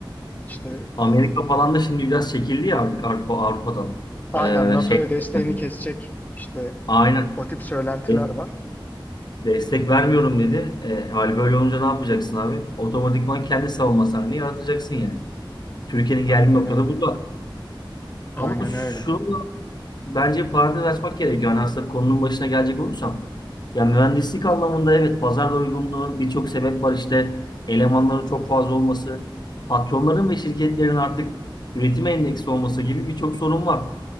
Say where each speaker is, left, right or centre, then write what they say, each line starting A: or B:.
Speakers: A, on the left; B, on the left.
A: İşte
B: Amerika
A: e,
B: falan da şimdi biraz çekildi ya artık Avrupa, Avrupa'dan.
A: aynen NATO'ya
B: E, şey
A: desteğini
B: hani,
A: kesecek işte
B: aynen.
A: o tip söylentiler
B: E,
A: var.
B: Destek vermiyorum dedi. E, hali böyle olunca ne yapacaksın abi? Otomatikman kendi savunma sahneyi yaratacaksın yani. Türkiye'nin
A: Aynen
B: geldiği noktada
A: öyle.
B: bu da.
A: Aynen
B: Ama
A: öyle.
B: şu bence bir parantez açmak gerekiyor. Hani aslında konunun başına gelecek olursam. Ya mühendislik anlamında evet pazar doygunluğu birçok sebep var işte. Elemanların çok fazla olması, patronların ve şirketlerin artık üretime endeksi olması gibi birçok sorun var.